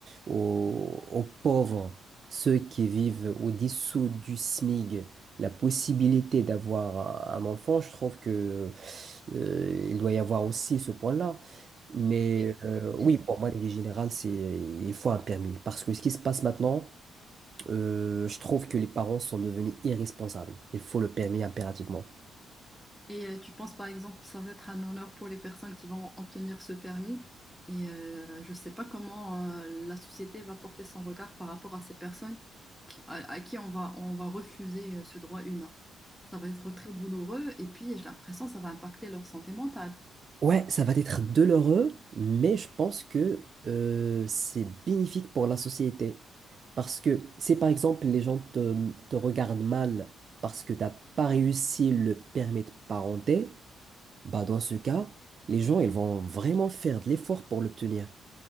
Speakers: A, on the right; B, in the centre.
A: aux- aux pauvres, ceux qui vivent au-dessous du SMIG, la possibilité d'avoir un, un enfant. Je trouve que, euh, il doit y avoir aussi ce point-là. Mais
B: Et-
A: euh, oui,
B: et
A: pour moi, l'idée générale, c'est il faut un permis. Parce que ce qui se passe maintenant, euh, je trouve que les parents sont devenus irresponsables. Il faut le permis impérativement.
B: Et euh, tu penses par exemple que ça va être un honneur pour les personnes qui vont obtenir ce permis. Et euh, je ne sais pas comment euh, la société va porter son regard par rapport à ces personnes qui- à, à qui on va, on va refuser euh, ce droit humain. Ça va être très douloureux et puis j'ai l'impression que ça va impacter leur santé mentale.
A: Ouais, ça va être douloureux, mais je pense que euh, c'est bénéfique pour la société. Parce que si par exemple les gens te, te regardent mal parce que t'as pas réussi le permis de parenté, bah dans ce cas, les gens ils vont vraiment faire de l'effort pour l'obtenir.